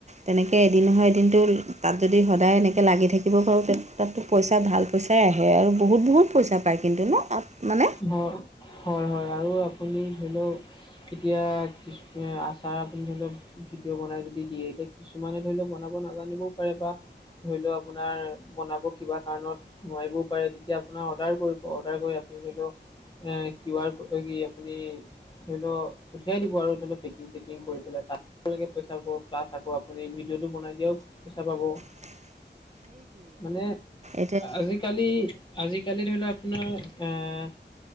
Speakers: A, on the right; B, on the left.
A: তেনেকৈ এদিন নহয় এদিনটো তাত যদি সদায় এনেকৈ লাগি থাকিব পাৰোঁ! তে তাতো পইচা ভাল পইচাই আহে আৰু বহুত বহুত পইচা পায় কিন্তু ন মানে।
B: হয় হয় হয় আৰু আপুনি ধৰি লওক এতিয়া আচাৰ আপুনি ধৰি লওক ভিডিঅ' বনাই যদি দিয়ে এতিয়া। কিছুমানে ধৰি লও বনাব নাজানিবও পাৰে বা ধৰি লও আপোনাৰ বনাব কিবা কাৰণত নোৱাৰিবও পাৰে তেতিয়া আপোনাৰ অৰ্ডাৰ কৰিব অৰ্ডাৰ কৰি আপুনি ধৰি লওক এ কিউ আৰ ক কি আপুনি সৰিক পঠিয়াই দিব আৰু সৰি লও পেকিং চেকিং কৰি পেলাই তাত পইচা পাব প্লাছ আকৌ আপুনি ভিডিঅ'টো বনাই দিয়াও পইচা পাব
A: <unintelligible>
B: মানে
A: এতিয়া
B: আজিকালি আজিকালি ধৰি লও আপোনাৰ আহ